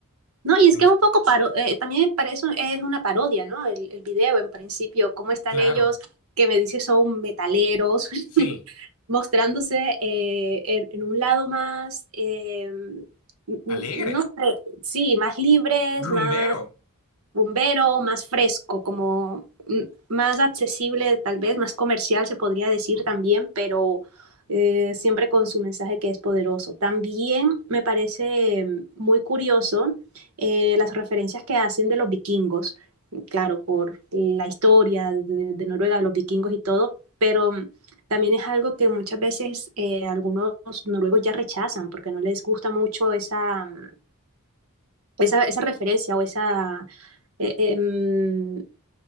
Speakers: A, on the right; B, on the left.
A: No, y es
B: Me-
A: que es un poco paro, eh, también para eso es una parodia, ¿no? El, el video en principio, cómo están
B: claro,
A: ellos que me dice son metaleros, <laughs>
B: sí,
A: mostrándose eh, en, en, un lado más, eh, n- n-
B: alegre,
A: no sé, sí, más libres,
B: rumbero.
A: más rumbero, más fresco, como mm, más accesible, tal vez más comercial se podría decir también, pero eh, siempre con su mensaje que es poderoso. También me parece mm, muy curioso eh, las referencias que hacen de los vikingos, claro, por la historia de, de Noruega, de los vikingos y todo, pero mm, también es algo que muchas veces eh, algunos noruegos ya rechazan porque no les gusta mucho esa, mm, esa, esa referencia o esa, eh, em,